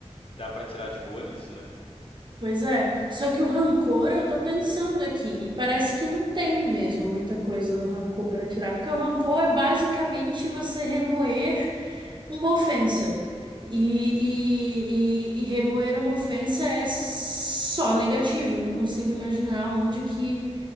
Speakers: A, on the left (about 50°); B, on the right (about 40°).
A: que dá pra tirar de boa nisso, né?
B: Pois é, só que o rancor, eu tô pensando aqui, e parece que não tem mesmo muita coisa no rancor pra tirar, porque o rancor é basicamente você remoer uma ofensa. E, e, e, e remoer uma ofensa é só negativo, eu não consigo imaginar onde que